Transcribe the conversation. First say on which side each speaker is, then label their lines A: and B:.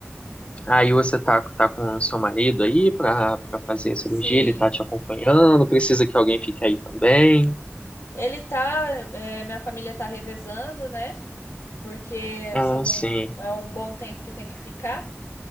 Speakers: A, on the left (about 25°); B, on the left (about 60°).
A: Aí você tá, tá com o seu marido aí pra, pra fazer a cirurgia,
B: Sim,
A: ele tá te acompanhando, precisa que alguém fique aí também.
B: ele tá, é, minha família tá revezando, né? Porque
A: Ah,
B: são
A: sim.
B: é um bom tempo que tem que ficar,